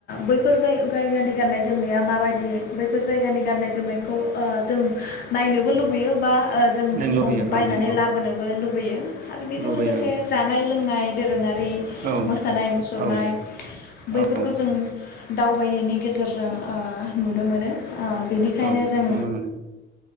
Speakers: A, on the left; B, on the right.
A: बैफोर जाय जायगानि गाननाय जोमनाया माबायदि बैफोर जायगानि गाननाय जोमनायखौ ओ जों नायनोबो लुबैयो बा ओ जों
B: नायनो लुबैयो
A: बायनानै
B: औ नंगौ
A: लाबोनोबो लुबैयो। लुबैयो। आरो बेजों
B: लुबैयो
A: लोगोसे जानाय लोंनाय नाय दोरोङारि
B: ओं
A: <unintelligible> मोसानाय मुसुरनाय
B: औ
A: बैफोरखौ
B: औ औ
A: जों दावबायनायनि गेजेरजों ओ नुनो मोनो। ओ बेनिखायनो
B: औ
A: जों
B: नुनो मोनो